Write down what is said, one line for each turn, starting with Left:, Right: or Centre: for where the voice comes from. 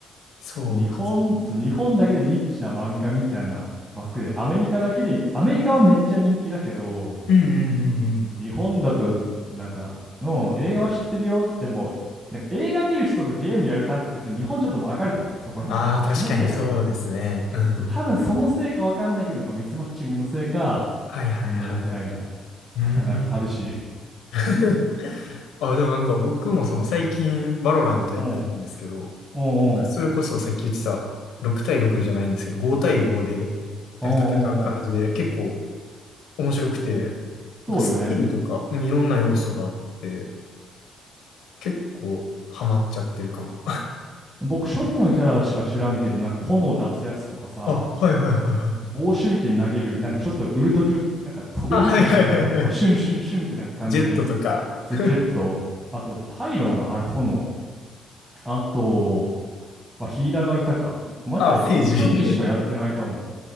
Left: そうか。
Right: 日本、そう、日本だけでニッチな漫画みたいな枠で、アメリカだけで、アメリカはめっちゃ人気だけど、
Left: うんうんうんうん。
Right: 日本だと、なんか、うん、映画は知ってるよ。でも、なんか映画見る人とゲームやるタイプって、ちょっと日本ちょっと分かれてないそこら辺で。
Left: ああ、確かにそうですね。
Right: 気のせいかな。
Left: うん。
Right: 多分そのせいか分かんないけど、なんかミスマッチングのせいか、
Left: はいはいはい。
Right: みんなやってないみたい。<laughs>
Left: うーん。
Right: なんか寂しい。
Left: <laughs> あ、でもなんか僕もその最近バロラントやってるんですけど、
Right: うん。うんうん。
Left: それこそさっき言ってた、6対6じゃないんですけど、5対5で、
Right: うんうんうん。
Left: なんか戦う感じで、結構面白くて、
Right: そうよね。
Left: なんかスキルとか、うんいろんな要素があって、結構ハマっちゃってるかも。
Right: 僕、初期のキャラしか知らんけど、なんか炎出すやつとかさ、
Left: あ、はいはいはいはい。
Right: 棒手裏剣投げる、なんかちょっとウルト中、なんか飛べるじゃないけど、
Left: あ、はいはいはいはい。
Right: こうシュンシュンシュンってなんか感じに、
Left: ジェットとか。
Right: そう、
Left: <laughs>
Right: ジェット、あとパイロなの、あれ炎。あと、まあ、ヒーラーがいたか。マジでほんと初期しかやってないかも。
Left: あ、セージ。<laughs>